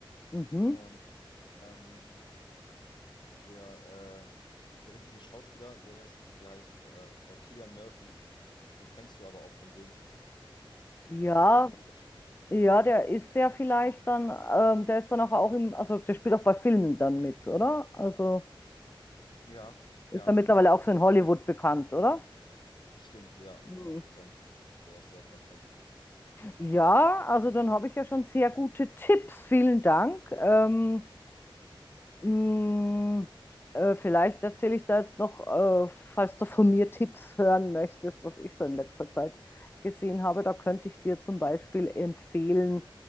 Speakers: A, on the left; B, on the left.
A: Mhm.
B: und ähm, der, äh, der richtige Schauspieler, der ist, der heißt äh, äh, Cillian Murphy. Den kennst du aber auch vom Sehen.
A: Ja,
B: Auch ein sehr, sehr guter Schauspieler.
A: ja, der ist der vielleicht dann, ähm, der ist dann auch, auch im, also der spielt auch bei Filmen dann mit, oder? Also
B: Ja, ja,
A: ist dann mittlerweile
B: das
A: auch so
B: ist.
A: in Hollywood bekannt, oder?
B: Bestimmt, ja,
A: Mhm.
B: hundert Prozent. Der ist sehr erfolgreich.
A: Ja, also dann habe ich ja schon sehr gute Tipps. Vielen Dank. Ähm, mh, äh, vielleicht erzähle ich da jetzt noch, äh, falls du von mir Tipps hören möchtest, was ich so in letzter Zeit gesehen habe. Da könnte ich dir zum Beispiel empfehlen